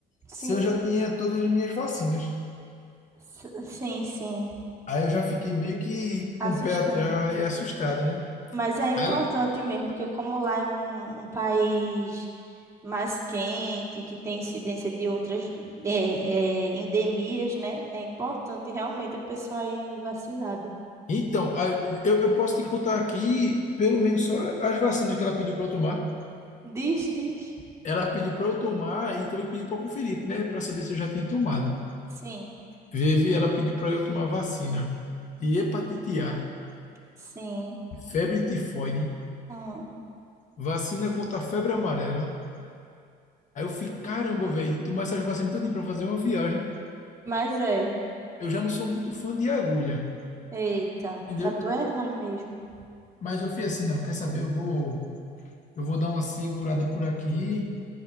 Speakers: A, on the right (about 15°); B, on the left (about 45°).
A: sim,
B: se eu já tinha todas as minhas vacinas.
A: S- sim, sim.
B: Aí eu já fiquei meio que
A: Assustado.
B: com o pé atrás, assustado, né?
A: Mas é importante
B: Aí ela,
A: mesmo, porque como lá é um, um país mais quente, que tem incidência de outras é, é, endemias, né? É importante realmente a pessoa ir vacinada.
B: então, aí eu, eu posso te contar aqui, pelo menos só as vacinas que ela pediu para eu tomar.
A: Diz, diz.
B: Ela pediu para eu tomar e também pediu para conferir, né, para saber se eu já tinha tomado.
A: Sim,
B: Vivi, ela pediu para eu tomar vacina de hepatite A.
A: sim.
B: febre tifoide,
A: Hum.
B: vacina contra a febre amarela. Aí eu fiquei, caramba, velho, tomar essas vacinas todinha pra fazer uma viagem.
A: Mas é.
B: Eu já não sou muito fã de agulha,
A: Eita,
B: entendeu?
A: pra tu é ruim mesmo.
B: Mas eu fui assim, não, quer saber? Eu vou, eu vou dar uma segurada por aqui,